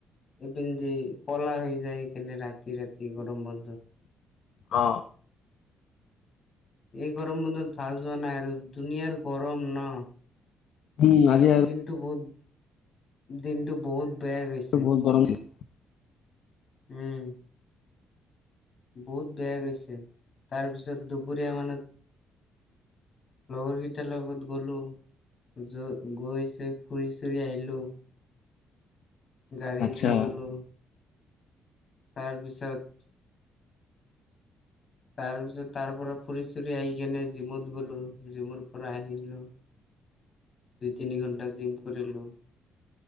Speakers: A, on the left; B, on the left.
A: ইপিনদি ক'লা হৈ যায় সেকাৰণে ৰাতি-ৰাতি গৰম বন্ধত
B: অ
A: এই গৰম বন্ধত ভাল যোৱা নাই আৰু দুুনীয়াৰ গৰম ন।
B: উম আজি
A: আজিৰ
B: আৰু
A: দিনটো বহুত, দিনটো বহুত বেয়া গৈছে।
B: বহুত গৰম দিলে।
A: উম। বহুত বেয়া গৈছে। তাৰপিছত দুপৰীয়া মানত লগৰকিটাৰ লগত গ'লোঁ। য- গৈ-চৈ ফুৰি-চুৰি আহিলোঁ।
B: <inaudible>
A: গাড়ী
B: আচ্ছা
A: দি গলোঁ। তাৰ পিছত তাৰ পিছত তাৰ পৰা ফুৰি-ছুৰি আহি কেনে জিমত গ'লো। জিমৰ পৰা আহিলোঁ।
B: অ <unintelligible>
A: দুই-তিনি ঘণ্টা জিম কৰিলোঁ।